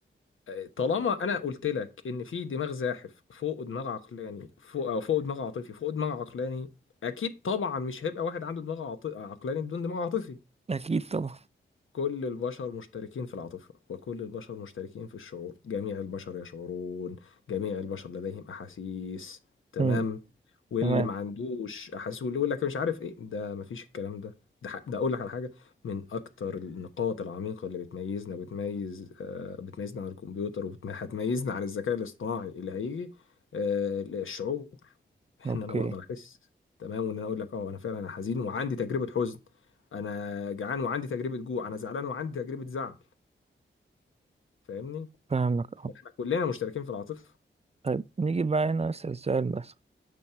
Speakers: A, on the left (about 80°); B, on the right (about 30°).
A: آه، طالما أنا قلت لك إن في دماغ زاحف فوق دماغ عقلاني فوق أو فوق دماغ عاطفي فوق دماغ عقلاني أكيد طبعا مش هيبقى واحد عنده دماغ عاط- عقلاني بدون دماغ عاطفي
B: أكيد طبعا
A: كل البشر مشتركين في العاطفة وكل البشر مشتركين في الشعور جميع البشر يشعرون جميع البشر لديهم أحاسيس تمام
B: مم.
A: واللي
B: تمام
A: ما عندوش أحاسيس واللي يقول لك مش عارف إيه ده مفيش الكلام ده ده ح- ده أقول لك على حاجة من أكتر النقاط العميقة اللي بتميزنا بتميز آه، بتميزنا عن الكمبيوتر وهتميزنا عن الذكاء الاصطناعي اللي هيجي آه، الشعور
B: أوكي
A: ان انا بقدر احس تمام وان انا اقول لك اه انا فعلا انا حزين وعندي تجربه حزن انا جعان وعندي تجربه جوع انا زعلان وعندي تجربه زعل فاهمني
B: فاهمك أه
A: احنا كلنا مشتركين في العاطفه
B: طيب نيجي بقى هنا نسأل السؤال بس